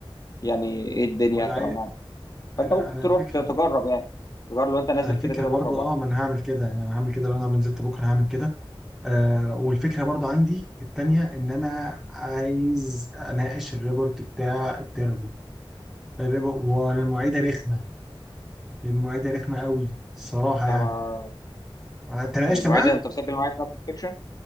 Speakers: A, on the left; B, in the centre.
A: يعني ايه الدنيا
B: وأنا
A: هتبقى
B: عايز
A: معاه فانت
B: أنا
A: ممكن
B: أنا
A: تروح
B: الفكرة
A: تجرب يعني تجرب لو انت نازل
B: أنا الفكرة
A: كده كده بكره
B: برضو
A: وبعد
B: أه ما أنا هعمل كده يعني أنا هعمل كده لو أنا نزلت بكرة هعمل كده آه والفكرة برضو عندي التانية إن أنا عايز أناقش الريبورت بتاع التربو الريبو والمعيدة رخمة المعيدة رخمة قوي الصراحة يعني
A: اما
B: آه، تناقشت
A: المعيده
B: معاها؟
A: انت مسجل معايا في نفس السكشن